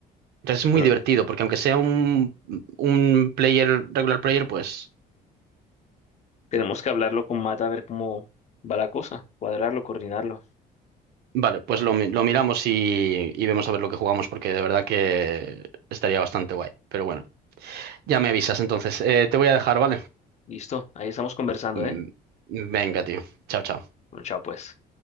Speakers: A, on the right (about 70°); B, on the left (about 40°).
A: Entonces es
B: bueno,
A: muy divertido, porque aunque sea un, un player, regular player, pues
B: tenemos que hablarlo con Mata a ver cómo va la cosa, cuadrarlo, coordinarlo.
A: vale, pues lo, mi- lo miramos y, y vemos a ver lo que jugamos, porque de verdad que estaría bastante guay. Pero bueno, ya me avisas entonces. Eh, te voy a dejar, ¿vale?
B: Listo, ahí estamos conversando,
A: Mm,
B: ¿eh?
A: Venga, tío. Chao, chao.
B: Bueno, chao pues.